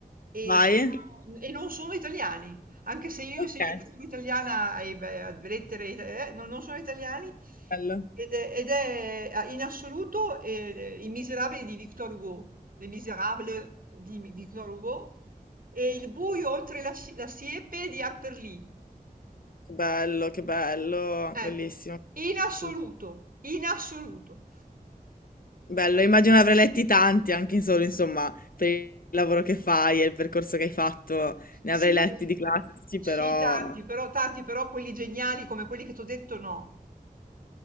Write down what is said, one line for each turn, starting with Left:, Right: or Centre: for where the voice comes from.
Right: e
Left: Vai?
Right: sono n e non sono italiani, anche se io
Left: Ok,
Right: insegno letteratura italiana e beh, a lettere ita eh, no non sono italiani
Left: bello.
Right: ed è ed è a in assoluto, ehm, I Misérables di Victor Hugo, Les Misérables di Mi Victor Hugo e Il buio oltre la sci la siepe di Harper Lee.
Left: Che bello, che bello, bellissimo.
Right: Ecco, in assoluto,
Left: Sì.
Right: in assoluto.
Left: Bello, immagino avrai letti tanti anche in solo, insomma, per il lavoro che fai e il percorso che hai fatto, ne
Right: Sì,
Left: avrei letti
Right: mhmm,
Left: di classici,
Right: sì
Left: però
Right: tanti, però tanti, però quelli geniali come quelli che t'ho detto no.